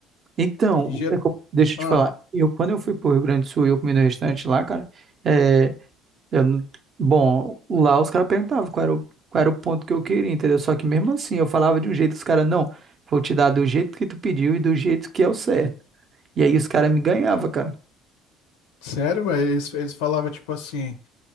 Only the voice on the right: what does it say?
Então,
é co- deixa eu
te falar. Eu, quando eu fui pro Rio Grande do Sul, e eu comi no restaurante lá, cara. eh, Eu, não- bom, lá os caras perguntavam qual era o, qual era o ponto que eu queria, entendeu? Só que mesmo assim, eu falava de um jeito, os caras, não, vou te dar do jeito que tu pediu e do jeito que é o certo. E aí os caras me ganhavam, cara.